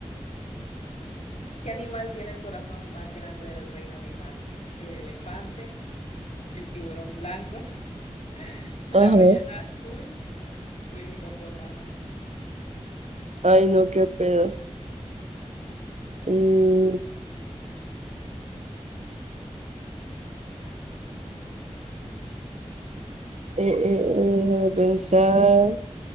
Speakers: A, on the left; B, on the right.
A: ¿Qué animal tiene el corazón más grande del reino animal? ¿El elefante? el tiburón blanco, <laughs> la
B: Ajá.
A: ballena azul o el hipopótamo.
B: Ay, no, qué pedo. Y, eh, eh, eh, déjame pensar.